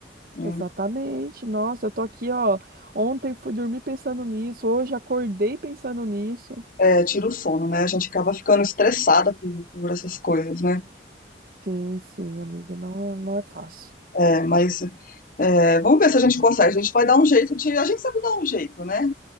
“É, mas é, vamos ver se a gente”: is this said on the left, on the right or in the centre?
Left